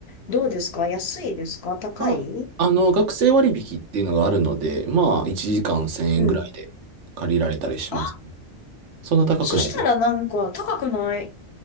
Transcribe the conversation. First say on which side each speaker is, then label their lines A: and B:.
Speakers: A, on the left (about 65°); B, on the right (about 70°).
A: どうですか安いですか高い
B: まあ、あの、学生割引っていうのがあるので、まあ、1時間1000円ぐらいで借りられたりします。
A: うん。あ、
B: そんな高くない。
A: そしたらなんか高くない